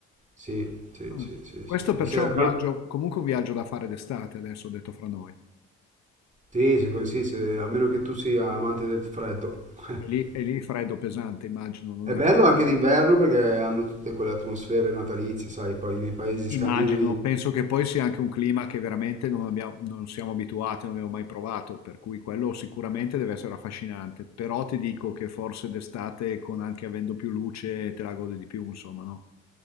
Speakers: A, on the right (about 25°); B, on the left (about 60°).
A: Sì, sì,
B: Ah.
A: sì, sì,
B: Questo
A: sì.
B: perciò
A: Di sera,
B: è un
A: cal-
B: viaggio, comunque un viaggio da fare d'estate, adesso ho detto fra noi.
A: sì, se- sì, se- a meno che tu sia amante del freddo. <laughs>
B: E lì, e lì freddo pesante, immagino, non
A: È
B: è
A: bello
B: freddo.
A: anche d'inverno perché hanno tutte quelle atmosfere natalizie, sai, poi nei paesi
B: Immagino,
A: scandinavi
B: penso che poi sia anche un clima che veramente non abbiamo, non siamo abituati, non abbiamo mai provato, per cui quello sicuramente deve essere affascinante, però ti dico che forse d'estate, con anche avendo più luce, te la godi di più, insomma, no?